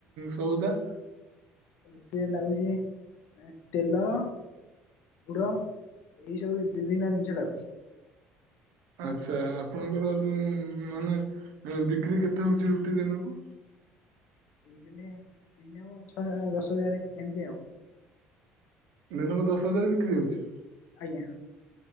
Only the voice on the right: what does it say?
ସଉଦା?
ଆଛା ଆପଣଙ୍କର ଯୋଉ ମାନେ ବିକ୍ରି କେତେ ହୋଉଛି ରୁଟି ଦିନକୁ?
ଦିନକୁ ଦଶ ହଜାର ବିକ୍ରି ହୋଉଛି।